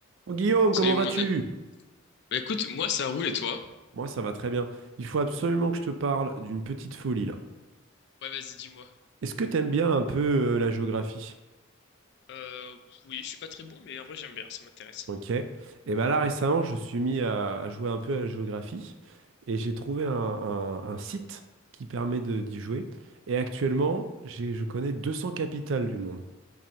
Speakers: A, on the right (about 65°); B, on the left (about 55°).
A: Oh, Guillaume,
B: Salut
A: comment vas-tu?
B: mon... a- Bah écoute, moi ça roule et toi?
A: Moi, ça va très bien. Il faut absolument que je te parle d'une petite folie là.
B: Ouais, vas-y, dis-moi.
A: Est-ce que t'aimes bien un peu euh, la géographie?
B: Euh, oui, je suis pas très bon, mais en vrai j'aime bien, ça m'intéresse.
A: Ok. Et ben là, récemment, je suis mis à, à jouer un peu à la géographie et j'ai trouvé un, un- un site qui permet de d'y jouer. Et actuellement, j'ai, je connais 200 capitales du monde.